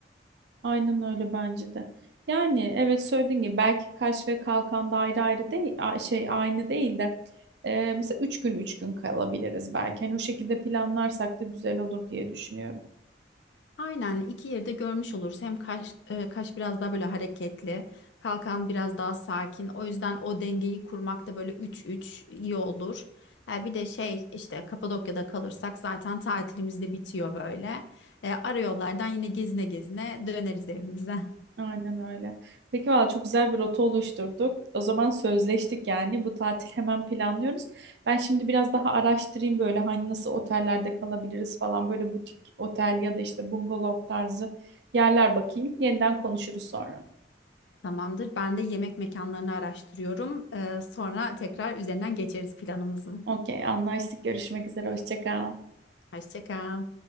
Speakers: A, on the right (about 70°); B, on the left (about 80°).
A: Aynen öyle bence de. Yani evet söylediğin gibi belki Kaş ve Kalkan'da ayrı ayrı değil a- şey aynı değil de e, mesela üç gün üç gün kalabiliriz belki. Hani o şekilde planlarsak da güzel olur diye düşünüyorum.
B: Aynen iki yeri de görmüş oluruz. Hem Kaş, e, Kaş biraz daha böyle hareketli. Kalkan biraz daha sakin. O yüzden o dengeyi kurmakta böyle 3-3 iyi olur. E, bir de şey işte Kapadokya'da kalırsak zaten tatilimiz de bitiyor böyle. E, ara yollardan yine gezine gezine döneriz evimize. <laughs>
A: Aynen öyle. Peki valla çok güzel bir rota oluşturduk. O zaman sözleştik yani. Bu tatil hemen planlıyoruz. Ben şimdi biraz daha araştırayım böyle hangi nasıl otellerde kalabiliriz falan. Böyle butik otel ya da işte bungalov tarzı yerler bakayım. Yeniden konuşuruz sonra.
B: Tamamdır. Ben de yemek mekanlarını araştırıyorum. Ee, sonra tekrar üzerinden geçeriz planımızın.
A: Okey, anlaştık. Görüşmek üzere. Hoşça kal.
B: Hoşça kal.